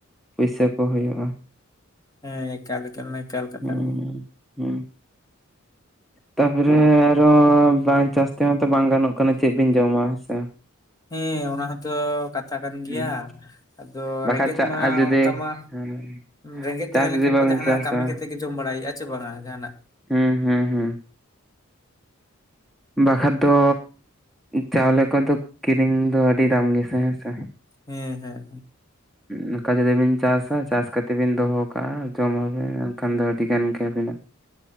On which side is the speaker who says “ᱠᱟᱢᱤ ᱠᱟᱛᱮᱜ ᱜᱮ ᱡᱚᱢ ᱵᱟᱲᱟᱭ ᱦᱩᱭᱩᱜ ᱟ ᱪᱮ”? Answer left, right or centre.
Left